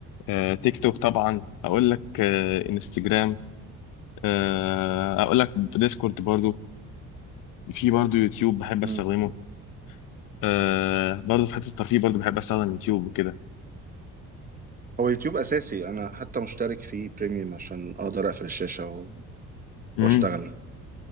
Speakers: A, on the left; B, on the right.
A: آه، تيك توك طبعا هقول لك آه، انستجرام آه، هقول لك ديسكورد برضو في برضو يوتيوب بحب استخدمه
B: مم.
A: آه، برضو في حته الترفيه برضو بحب استخدم يوتيوب وكده
B: هو يوتيوب اساسي انا حتى مشترك فيه بريميوم عشان اقدر اقفل الشاشه و-
A: امم
B: واشتغل